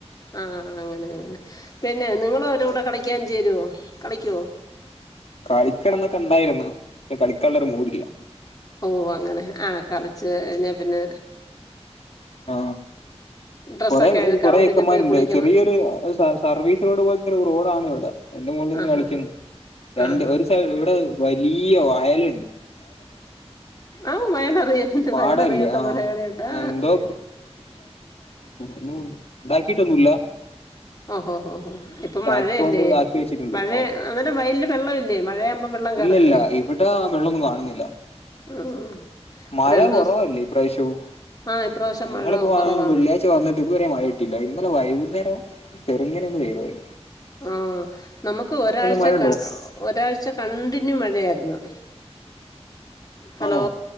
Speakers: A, on the left; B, on the left.
A: ആ അങ്ങനെ അങ്ങനെ, പിന്നെ നിങ്ങളും അവര്ടെ കൂടെ കളിക്കാൻ ചേരുവോ കളിക്കുവോ?
B: കളിക്കണംന്നൊക്കെ ഇണ്ടായിരുന്ന് പ കളിക്കാൻള്ളരു മൂടില്ല.
A: ഓ അങ്ങനെ ആ കളിച്ച് കഴിഞ്ഞാ പിന്നെ
B: ആ
A: ഡ്രസ്സൊക്കെ
B: കൊറേ
A: അഴുക്കാവും
B: കൊറേചെക്കന്മാരുണ്ട്
A: പിന്നെ പോയി കുളിക്കണം
B: ചെറിയൊരു സ സർവീസ് റോഡ് പോൽത്തെ ഒരു റോ റോഡാണിവിടെ ഐന്റെ മുകളിലിങ്ങനെ
A: ആഹാ
B: കളിക്കുന്നു
A: ഹാ
B: രണ്ട്
A: ആഹാ ആ
B: ഒരു സൈഡിവിടെ വൈ ഈ വയലിൽ
A: ആ വയലറിയാണ്ട്
B: പാടല്ലേ
A: വയലറിയാത്ത
B: ആഹ്
A: മലയാളിയുണ്ടോ?
B: എന്തോ ഉം താക്കീട്ടൊന്നും ഇല്ല?
A: ഓ ഹോ ഹോ ഹോ ഇപ്പൊ
B: ട്രാക്ടറോണ്ട്
A: മഴയല്ലേ
B: ആക്കി വെച്ചിട്ടുണ്ട്
A: മഴ
B: ആ
A: അന്നേരം വയലില് വെള്ളമില്ലേ മഴയാകുമ്പം വെള്ളം കേറത്തില്ലേ
B: ഇല്ലില്ല ഇവിടെ വെള്ളൊന്നും കാണുന്നില്ല
A: ആഹ്
B: മഴ
A: രണ്ടു
B: കൊറവല്ലേ
A: ദിവസം
B: ഇപ്രാവശ്യവും,
A: ആഹ് ഇപ്രാവശ്യം
B: ഞങ്ങളിപ്പോ
A: മഴ കുറവാണ്
B: വെള്ളിയാഴ്ച വന്നിട്ട് ഇതുവരെ മഴ കിട്ടില്ല ഇന്നലെ വൈകുന്നേരം ചെറുങ്ങനെ ഒന്ന് പെയ്തുപോയി.
A: ആ നമുക്ക് ഒരാഴ്ച
B: മഴയുണ്ടോ
A: ക ഒരാഴ്ച കണ്ടിന്യു മഴയാരുന്നു. ഹലോ
B: ആണോ